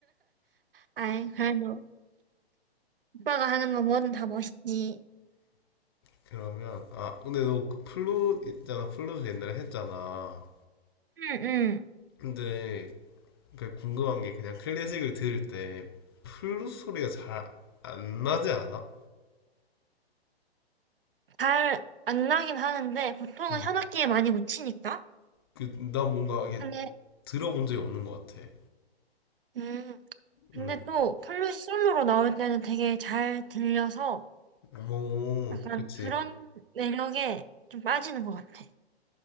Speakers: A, on the right; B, on the left.
A: 아이, 그래도 오빠가 하는 거 뭐든 다 멋있지.
B: 그러면 아, 근데 너 그 플룻 있잖아. 플룻을 옛날에 했잖아.
A: 응, 응.
B: 근데 그 궁금한 게 그냥 클래식을 들을 때 플룻 소리가 잘 안 나지 않아?
A: 잘 안 나긴 하는데 보통은
B: 음.
A: 현악기에 많이 묻히니까.
B: 그 나 뭔가 이게
A: 근데
B: 들어본 적이 없는 것 같아.
A: 음, 근데
B: 음.
A: 또 플룻이 솔로로 나올 때는 되게 잘 들려서
B: 뭐,
A: 약간
B: 그치.
A: 그런 매력에 좀 빠지는 것 같아.